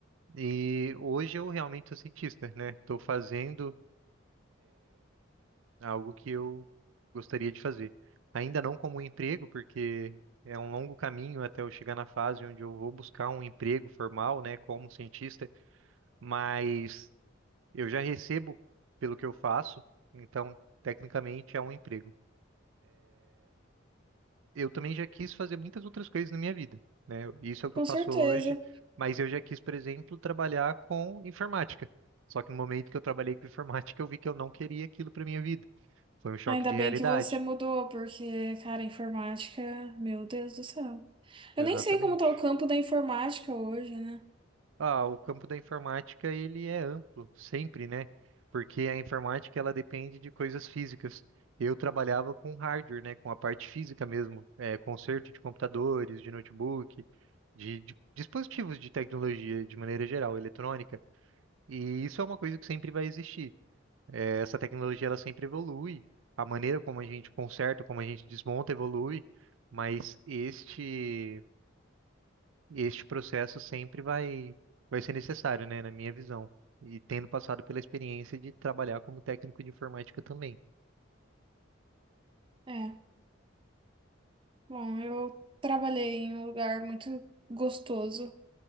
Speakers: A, on the right; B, on the right.
A: E hoje eu realmente sou cientista, né? Estou fazendo algo que eu gostaria de fazer. Ainda não como um emprego, porque é um longo caminho até eu chegar na fase onde eu vou buscar um emprego formal, né, como cientista, mas eu já recebo pelo que eu faço, então tecnicamente é um emprego. eu também já quis fazer muitas outras coisas na minha vida, né? Isso é o que
B: Com
A: eu faço
B: certeza.
A: hoje, mas eu já quis, por exemplo, trabalhar com informática. Só que no momento que eu trabalhei com informática, eu vi que eu não queria aquilo para minha vida. Foi um choque
B: Ainda
A: de
B: bem
A: realidade.
B: que você mudou, porque, cara, informática, meu Deus do céu. Eu
A: Exatamente.
B: nem sei como tá o campo da informática hoje, né?
A: Ah, o campo da informática ele é amplo, sempre, né? Porque a informática ela depende de coisas físicas. Eu trabalhava com hardware, né? Com a parte física mesmo, é, conserto de computadores, de notebook, de, de dispositivos de tecnologia de maneira geral, eletrônica. E isso é uma coisa que sempre vai existir. É, Essa tecnologia ela sempre evolui, a maneira como a gente conserta, como a gente desmonta evolui, mas este e este processo sempre vai, vai ser necessário, né, na minha visão. E tendo passado pela experiência de trabalhar como técnico de informática também.
B: É, bom, eu trabalhei em um lugar muito gostoso,